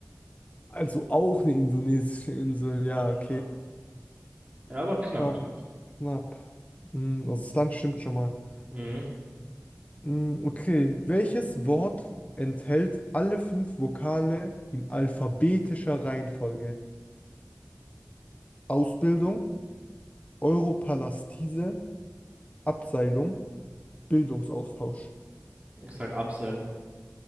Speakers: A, on the left; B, on the right.
A: Also auch eine indonesische Insel,
B: Äh,
A: ja, okay.
B: Ja, Ja, aber knapp,
A: Knapp.
B: knapp.
A: knapp. Hm, also das Land stimmt schon mal.
B: Mhm.
A: Hm, okay, welches Wort enthält alle fünf Vokale in alphabetischer Reihenfolge? Ausbildung, Europalastise, Abseilung, Bildungsaustausch.
B: Ich sag Abseilung.